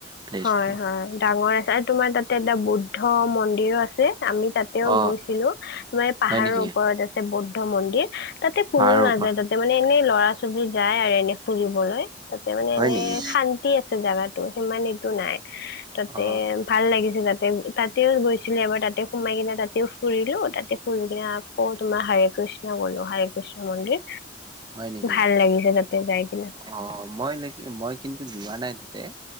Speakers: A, on the right; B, on the left.
A: প্লেচটো
B: হয় হয় ডাঙৰ আছে আৰু তোমাৰ তাতে এটা বুদ্ধ মন্দিৰো আছে। আমি তাতেও
A: অ
B: গৈছিলো, তোমাৰ এই পাহাৰৰ
A: হয় নেকি
B: ওপৰত আছে বৌদ্ধ মন্দিৰ। তাতে কোনোও
A: পাহাৰৰ
B: নাযায়
A: ওপৰ
B: তাতে মানে এনেই ল'ৰা ছোৱালী যায় আৰু এনেই ফুৰিবলৈ। তাতে মানে
A: হয়
B: এনে
A: নেকি
B: শান্তি আছে জোগাতটো সিমান এইটো নাই। তাতে
A: অ
B: ভাল লাগিছিল তাত। তেন তাতেও গৈছিলো এবাৰ তাতে সোমাই কিনে তাতেও ফুৰিলো, তাতে ফুৰি কিনে আকৌ তোমাৰ হাৰে কৃষ্ণ গ'লো হৰে কৃষ্ণ মন্দিৰ।
A: হয় নেকি
B: ভাল লাগিছে তাতে যাই কিনে
A: অ মই নেকি মই কিন্তু যোৱা নাই তাতে-